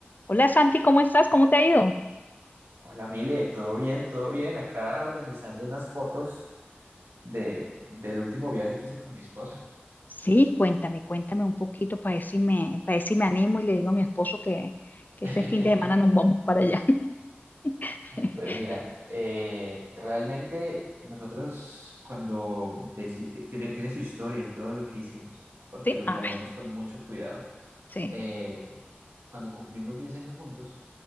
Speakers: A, on the left (about 45°); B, on the right (about 90°).
A: Hola Santi, ¿cómo estás? ¿Cómo te ha ido?
B: Hola Mile, todo bien, todo bien. Acá organizando unas fotos de, del último viaje que hice con mi esposa.
A: Sí, cuéntame, cuéntame un poquito para ver si me, para ver si me animo y le digo a mi esposo que, que
B: <laughs>
A: ese fin de semana nos vamos para allá. <laughs>
B: Pues mira, eh, realmente nosotros cuando deci- t- tiene, tiene su historia y todo lo que hicimos, porque
A: Sí,
B: lo
A: ah,
B: planeamos
A: ay,
B: con mucho cuidado.
A: sí.
B: Eh, cuando cumplimos 10 años juntos,